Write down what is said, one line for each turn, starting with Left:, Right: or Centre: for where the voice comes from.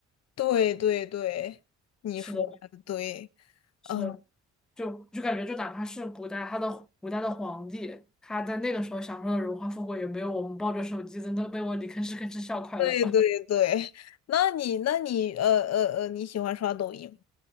Left: 对对对，你说的对，
Centre: 是的，
Left: 嗯。
Centre: 是，就就感觉，就哪怕是古代，他的古代的皇帝，他在那个时候享受的荣华富贵，也没有我们抱着手机在那被窝里吭哧吭哧笑快乐吧。
Left: 对对对，那你那你呃呃呃，你喜欢刷抖音吗？